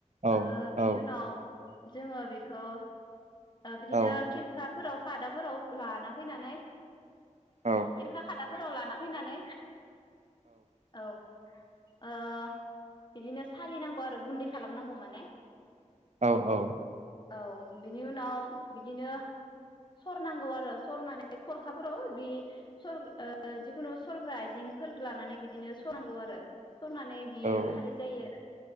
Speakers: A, on the right; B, on the left.
A: औ
B: ओ बिनि
A: औ
B: उनाव जोङो बेखौ बिदिनो
A: औ
B: खिरखाफोराव खादाफोराव लाना फैनानै
A: औ
B: खिरखा खादाफोराव लाना फैनानै औ ओ बिदिनो सालिनांगौ आरो गुन्दै खालामनांगौ माने
A: औ औ
B: औ बिनि उनाव बिदिनो सरनांगौ आरो सरनानै खरखाफोराव बे सर जिखुनु सरग्रा आइजेंफोरखौ लानानै बिदिनो सरनांगौ आरो सरनानै बियो
A: औ
B: खारै जायो आरो